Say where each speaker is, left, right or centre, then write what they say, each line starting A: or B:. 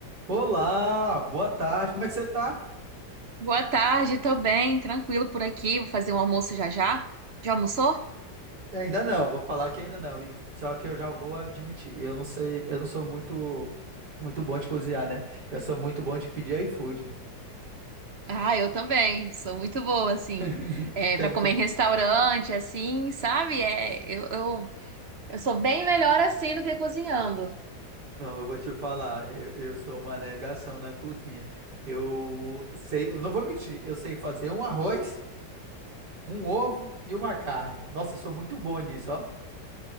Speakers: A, on the right; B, on the right.
A: Olá, boa tarde, como é que você tá?
B: Boa tarde, tô bem, tranquilo por aqui. Vou fazer um almoço já já. Já almoçou?
A: Ainda não, vou falar que ainda não. e- Só que eu já vou admitir, eu não sei, eu não sou muito muito bom de cozinhar, né? Eu sou muito bom de pedir iFood.
B: Ah, eu também. Sou muito boa,
A: <laughs>
B: assim,
A: Você
B: é, para
A: É muito
B: comer
A: bom.
B: em restaurante, assim, sabe? É, eu, eu, eu sou bem melhor assim do que cozinhando.
A: Não, eu vou te falar, eu, eu sou uma negação na cozinha. Eu sei, eu não vou mentir, eu sei fazer um arroz, um ovo e uma carne. Nossa, eu sou muito bom nisso, ó.